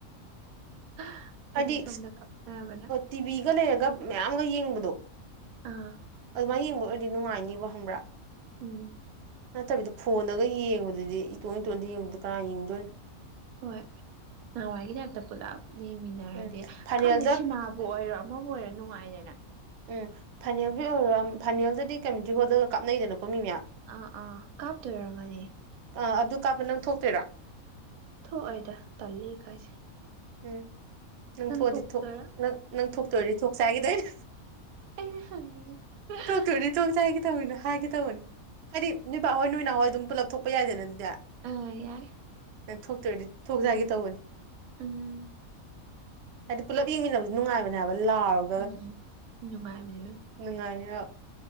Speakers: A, on the right; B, on the right.
A: ꯑꯩꯈꯣꯏꯗꯤ
B: ꯍꯥꯏꯗꯤ
A: ꯁꯣꯝꯗ ꯀꯞꯅꯕꯅ
B: ꯇꯤꯚꯤꯒ ꯂꯩꯔꯒ ꯃꯌꯥꯝꯒ ꯌꯦꯡꯕꯗꯣ
A: ꯑꯥ
B: ꯃꯥꯏ ꯌꯦꯡꯕ ꯑꯣꯏꯔꯗꯤ ꯅꯨꯡꯉꯥꯏꯅꯤꯕ ꯈꯪꯕ꯭ꯔ
A: ꯎꯝ
B: ꯅꯠꯇꯕꯤꯗ ꯐꯣꯟꯗꯒ ꯌꯦꯡꯕꯗꯨꯗꯤ ꯏꯇꯣꯟ ꯏꯇꯣꯟꯗ ꯌꯦꯡꯕꯗꯨꯗ ꯀꯔꯥ ꯌꯦꯡꯗꯣꯏꯅꯣ
A: ꯍꯣꯏ ꯅꯍꯥꯟꯋꯥꯏꯒꯤ ꯇꯥꯏꯞꯇ ꯄꯨꯂꯞ ꯌꯦꯡꯃꯤꯟꯅꯔꯗꯤ
B: ꯎꯝ ꯐꯥꯏꯅꯦꯜꯗ
A: ꯈꯪꯗꯦ ꯁꯤꯃꯥꯕꯨ ꯑꯣꯏꯔꯣ ꯃꯪ ꯑꯣꯏꯔ ꯅꯨꯡꯉꯥꯏꯗꯅ
B: ꯎꯝ ꯐꯅꯜꯒꯤ ꯑꯣꯏꯔꯣ ꯐꯅꯜꯗꯗꯤ ꯀꯝꯃꯨꯅꯤꯇꯤ ꯍꯣꯜꯗꯒ ꯀꯥꯞꯅꯩꯗꯅꯀꯣ ꯃꯤ ꯃꯌꯥꯝ
A: ꯑꯥ ꯑꯥ ꯀꯥꯞꯇꯣꯏꯔꯝꯒꯅꯤ
B: ꯑ ꯑꯗꯨ ꯀꯥꯞꯄ ꯅꯪ ꯊꯣꯛꯇꯣꯏꯔꯣ
A: ꯊꯣꯛꯑꫭꯏꯗ ꯇꯜꯂꯤ ꯏꯀꯥꯏꯖꯩ
B: ꯎꯝ ꯅꯪ ꯊꯣꯛꯑꯗꯤ
A: ꯊꯣꯛꯇꯣꯏꯔꯥ
B: ꯊꫭꯛ ꯅꯪ ꯅꯪ ꯊꯣꯛꯇꯣꯏꯗꯤ ꯊꯣꯛꯆꯦ ꯍꯥꯏꯒꯦ ꯇꯧꯏꯅꯦ
A: ꯍꯗꯤ <unintelligible>
B: ꯇꯣꯛꯇꯣꯏꯔꯗꯤ ꯇꯣꯡ ꯆ ꯍꯥꯏꯒꯦ ꯇꯧꯤꯅꯣ ꯊꫭꯛꯇꫭꯏꯗꯤ ꯊꫭꯛꯁꯤ ꯍꯥꯏꯒꯦ ꯇꯧꯕꯅꯤ ꯍꯥꯏꯒꯦ ꯇꯧꯕꯅꯤ ꯍꯥꯏꯗꯤ ꯅꫭꯏꯕꯥꯍꯣꯏ ꯅꯣꯏꯅꯥꯎꯍꫭꯏ ꯑꯗꯨꯝ ꯄꯨꯂꯞ ꯊꯣꯛꯄ ꯌꯥꯏꯗꯅ ꯑꯗꯨꯗꯤ
A: ꯌꯥ ꯌꯥꯏ
B: ꯑ ꯊꯣꯛꯇꯣꯏꯔꯗꯤ ꯊꯣꯛꯁꯤ ꯍꯥꯏꯒꯦ ꯇꯧꯕꯅꯤ
A: ꯎꯝ
B: ꯍꯥꯏꯗꯤ ꯄꯨꯂꯞ ꯌꯦꯡꯃꯤꯟꯅꯕꯁꯤ ꯅꯨꯡꯉꯥꯏꯕꯅꯦ ꯍꯥꯏꯕ ꯂꯥꯎꯔꯒ
A: ꯎꯝ ꯎꯝ ꯅꯨꯡꯉꯥꯏꯕꯅꯤ ꯏꯕꯦꯝ
B: ꯅꯨꯡꯉꯥꯏꯌꯞ